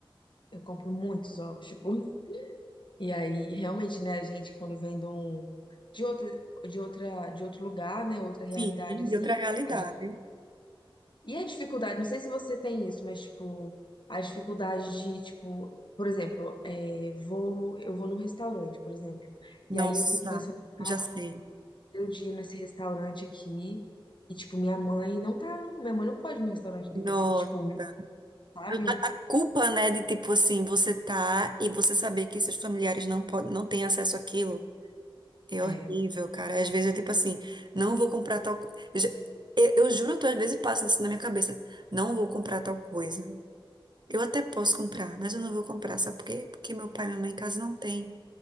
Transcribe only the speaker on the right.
sim,
de outra realidade.
Nossa,
já sei.
Nossa.
A, a- a culpa, né, de tipo assim, você tá e você saber que seus familiares não podem, não têm acesso àquilo é horrível,
cara. Às vezes eu tipo assim, não vou comprar tal coisa. Eu, eu juro, tu às vezes passa isso na minha cabeça. Não vou comprar tal coisa. Eu até posso comprar, mas eu não vou comprar, sabe por quê? Porque meu pai e minha mãe em casa não tem.